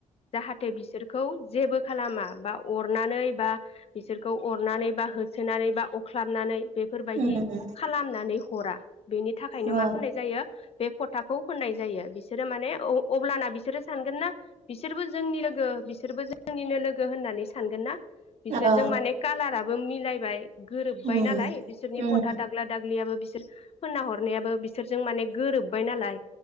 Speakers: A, on the left; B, on the right.
A: जाहाथे बिसोरखौ जेबो खालामा बा अरनानै बा बिसोरखौ अरनानै बा होसोनानै बा अख्लाबनानै बेफोरबायदि
B: उम
A: खालामनानै हरा। बेनि थाखायनो
B: औ
A: मा फुनाय जायो बे फथाखौ फोननाय जायो बिसोरो माने अ-अब्लाना बिसोरो सानगोन ना बिसोरबो जोंनि लोगो बिसोरबो जोंनिनो लोगो होननानै सानगोन ना। बिसोरजों
B: औ
A: माने कालारा बो मिलायबाय गोरोब्बाय
B: उम
A: नालाय बिसोरनि
B: उम
A: फथा दाग्ला दाग्लियाबो बिसोर फोनना हरनायाबो बिसोरजों माने गोरोब्बाय नालाय।